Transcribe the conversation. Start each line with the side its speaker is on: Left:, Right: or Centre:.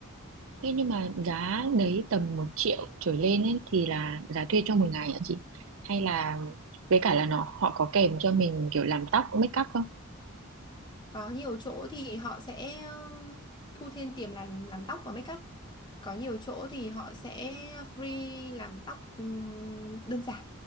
Right: thế nhưng mà giá đấy tầm một triệu trở lên ấy, thì là giá thuê cho một ngày hả chị hay là với cả là nó họ có kèm cho mình kiểu làm tóc make up không
Left: có nhiều chỗ thì họ sẽ um, thu thêm tiền làm làm tóc và make up có nhiều chỗ thì họ sẽ free làm tóc um, đơn giản